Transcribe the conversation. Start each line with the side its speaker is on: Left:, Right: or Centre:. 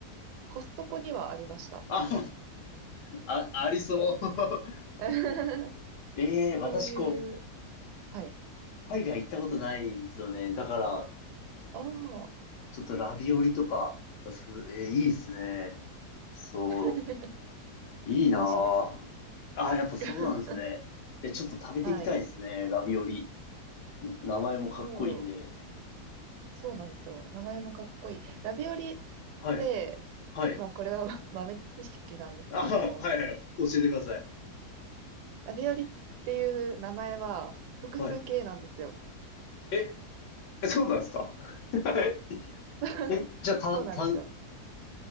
Right: コストコにはありました。
Left: あ、あ、<laughs> あありそう。
Right: <laughs>
Left: ええ私こう、
Right: そういう、はい。
Left: 海外行ったことないんですよね。だから、
Right: ああ、
Left: ちょっとラビオリとか、そう、ええいいですね。そ
Right: <laughs>
Left: う、いいなぁ。
Right: 美味しいです。
Left: あー、やっぱそうなんですね。
Right: <laughs>
Left: え、ちょっと食べてみたいですね、
Right: はい。
Left: ラビオリ。名前もかっこいいんで。
Right: そう、そうなんですよ。名前もかっこいい。ラビオリっ
Left: はい、
Right: て、
Left: はい。
Right: まあこれは <laughs> ま豆知識なんですけど、
Left: あー、はい、はい、教えてください。
Right: ラビオリっていう名前は複数形なんですよ。
Left: はい。え、えそうなんですか <laughs> え、
Right: <laughs>
Left: えじゃあ、た、
Right: そうなんですよ。
Left: た、